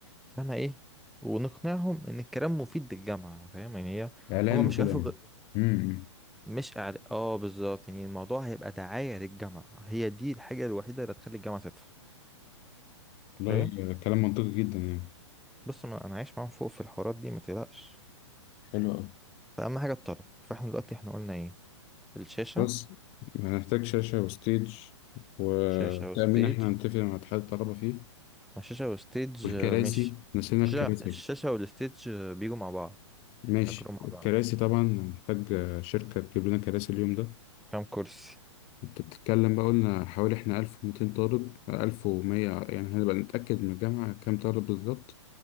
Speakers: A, in the centre; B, on the left (about 35°).
A: فاهمة ايه ونقنعهم ان الكلام مفيد للجامعة فاهم يعني هي
B: إعلان
A: هما مش
B: وكده
A: هياخدوا
B: يعني أمم امم.
A: مش أعل... اه بالظبط يعني الموضوع هيبقى دعاية للجامعة هي دي الحاجة الوحيدة اللي هتخلي الجامعة تدفع
B: والله
A: فاهم
B: كلام منطقي جدا يعني
A: بص ما انا عايش معاهم فوق في الحوارات دي ما تقلقش
B: حلو أوي
A: فأهم حاجة الطلب فاحنا دلوقتي احنا قلنا ايه الشاشة
B: بس هنحتاج شاشة وستيج وتأمين
A: شاشة وستيج
B: إحنا هنتفق مع اتحاد الطلبة فيه
A: ما الشاشة وستيج
B: والكراسي
A: آه، مش
B: نسينا
A: الشاشة
B: الكراسي
A: الشاشة والستيج آه، بيجوا مع بعض
B: ماشي
A: تجربة مع
B: الكراسي
A: بعض
B: طبعا هنحتاج آه، شركة تجيب لنا كراسي اليوم ده
A: كام كرسي
B: انت بتتكلم بقى قلنا حوالي احنا 1200 طالب 1100 يعني هنبقى نتأكد من الجامعة كام طالب بالظبط